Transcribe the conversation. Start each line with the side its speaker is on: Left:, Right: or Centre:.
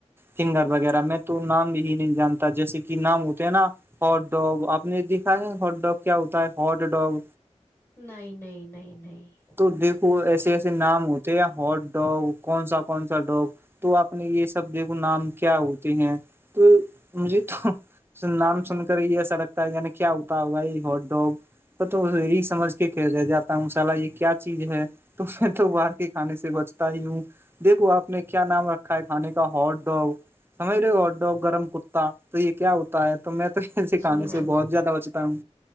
Right: سنگر وغیرہ میں تو نام ہی نہیں جانتا جیسے کہ نام ہوتے ہیں نا ہٹ ڈگ آپ نے دکھا ہے ہٹ ڈگ کیا ہوتا ہے ہٹ ڈگ
Left: نہیں نہیں نہیں نہیں
Right: تو دیکھو ایسے ایسے نام ہوتے ہیں ہاٹ ڈاگ کون سا کون سا ڈاگ تو آپ نے یہ سب دیکھو نام کیا ہوتے ہیں تو مجھے تو نام سن کر یہ سڑگتا ہے نے کیا ہوتا ہے ہو بھائی ہوٹ ڈگ تو تو یہی سمجھ کے کہ رہ جاتا مسالا یہ کیا چیز ہے تو میں تو باہر کے کھانے سے بچتا ہی ہوں دیکھو آپ نے کیا نام رکھا ہے کھانے کا ہاٹ ڈاگ ہمیرےڈو گرم کتا تو یہ کیا ہوتا ہے تو میں تو ای س کھانے
Left: جی بالکل
Right: سے بہت زیادہ بچتا ہوں